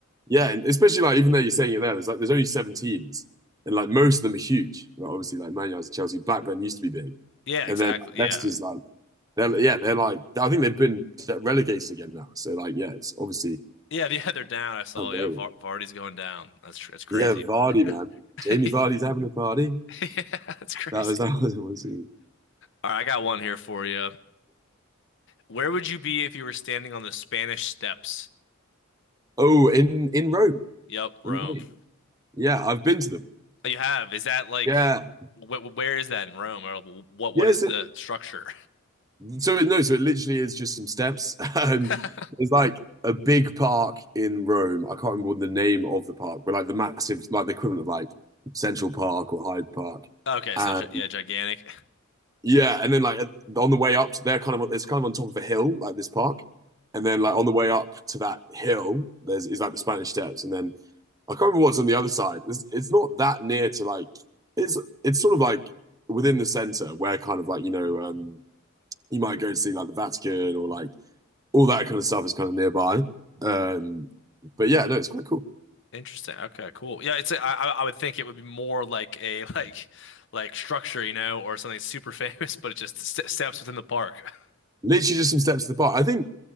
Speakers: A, on the right; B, on the left.
A: Yeah, and especially like even though you're saying it there, there's like there's only seven teams, and like most of them are huge. Like, obviously, like Man United, Chelsea, Blackburn used to be big,
B: Yeah, exactly.
A: and then like, Leicester's
B: Yeah,
A: like they're yeah they're like I think they've been relegated again now. So like yeah, it's obviously
B: Yeah, yeah, they're <laughs> down. I saw.
A: not growing.
B: Yeah, Var Vardy's going down. That's tr that's crazy.
A: Yeah, Vardy man, Jamie
B: <laughs>
A: Vardy's having a party.
B: Yeah, that's crazy.
A: That was <laughs> that was one thing.
B: All right, I got one here for you. Where would you be if you were standing on the Spanish Steps?
A: Oh, in in Rome,
B: Yep, Rome.
A: in Rome. Yeah, I've been to them.
B: Oh, You have. Is that like,
A: Yeah,
B: wh where is that in Rome, or what? What
A: yes,
B: is the structure?
A: So it- no, so it literally is just some steps. <laughs> Um,
B: <laughs>
A: there's like a big park in Rome. I can't remember what the name of the park, but like the massive, like the equivalent of like Central Park or Hyde Park.
B: Okay,
A: And
B: so gi- yeah, gigantic.
A: yeah, and then like at- on the way up to there, kind of it's kind of on top of a hill, like this park. And then like on the way up to that hill, there's is like the Spanish Steps, and then I can't remember what's on the other side. It's it's not that near to like it's it's sort of like within the center where kind of like you know um you might go see like the Vatican or like all that kind of stuff is kind of nearby. Um, but yeah, no, it's quite cool.
B: Interesting. Okay, cool. Yeah, it's. A, I I I would think it would be more like a <laughs> like like structure, you know, or something super <laughs> famous, but it just st steps within the park. <laughs>
A: Literally just some steps to the park. I think